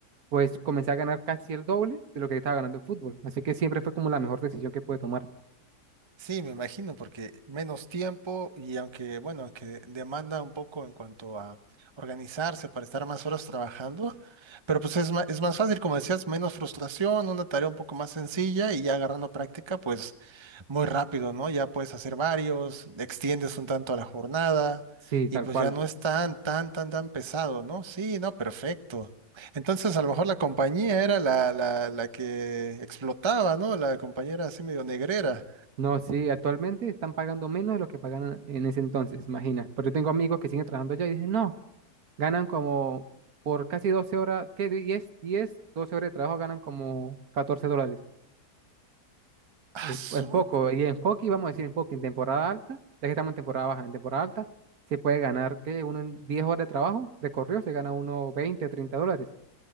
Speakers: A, on the right; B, on the right.
A: pues comencé a ganar casi el doble de lo que estaba ganando en fútbol. Así que siempre fue como la mejor decisión que pude tomar.
B: Sí, me imagino, porque menos tiempo y aunque, bueno, aunque demanda un poco en cuanto a organizarse para estar más horas trabajando, pero pues es más, es más fácil, como decías, menos frustración, una tarea un poco más sencilla y ya agarrando práctica, pues muy rápido, ¿no? Ya puedes hacer varios, extiendes un tanto la jornada
A: Sí, tal
B: y pues
A: cual.
B: ya no es tan, tan, tan, tan pesado, ¿no? Sí, no, perfecto. Entonces, a lo mejor la compañía era la, la, la que explotaba, ¿no? La compañera así medio negrera.
A: No, sí, actualmente están pagando menos de lo que pagaban en ese entonces, imagina. Pero yo tengo amigos que siguen trabajando allá y dicen, no, ganan como por casi 12 horas, ¿qué? diez diez doce horas de trabajo ganan como 14 dólares.
B: Ah,
A: Es,
B: su-
A: es poco. Y en hockey, vamos a decir, en hockey, en temporada alta, ya que estamos en temporada baja, en temporada alta, se puede ganar, que Uno en 10 horas de trabajo, de correo, se gana uno 20 30 dólares,